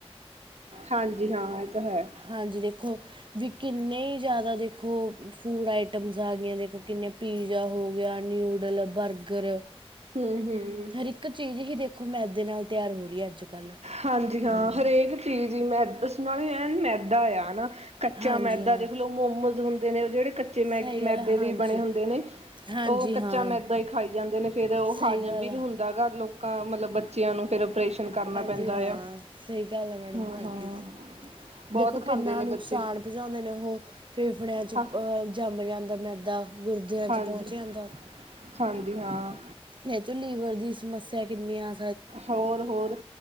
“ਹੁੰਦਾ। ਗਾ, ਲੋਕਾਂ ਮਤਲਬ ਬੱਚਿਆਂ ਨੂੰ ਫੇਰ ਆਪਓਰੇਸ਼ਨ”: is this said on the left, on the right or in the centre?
Right